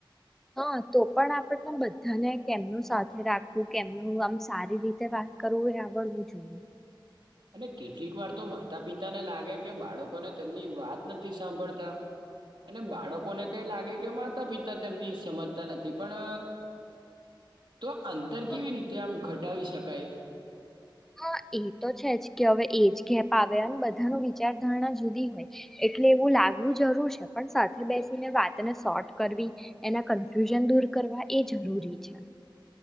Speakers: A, in the centre; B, on the right.
A: હા, તો પણ આપણે બધાને કેમનું સાથે રાખવું, કેમનું આમ સારી રીતે વાત કરવું એ આવડવું જોઈએ.
B: અને કેટલીક વાર તો માતા પિતાને લાગે કે બાળકોને તેમની વાત નથી સાંભળતા અને બાળકોને કઈ લાગે કે માતા પિતા તેમની સમજતા નથી પણ તો અંતર
A: હા,
B: કેવી રીતે આમ ઘટ અટાવી શકાય.
A: હા, એ તો છે જ કે હવે એજ ગેપ આવે અને બધાનું વિચારધારણા જુદી હોય એટલે એવું લાગવું જરૂર છે પણ સાથે બેસીને વાતને શોર્ટ કરવી એના કન્ફ્યુઝન દૂર કરવા એ જરૂરી છે.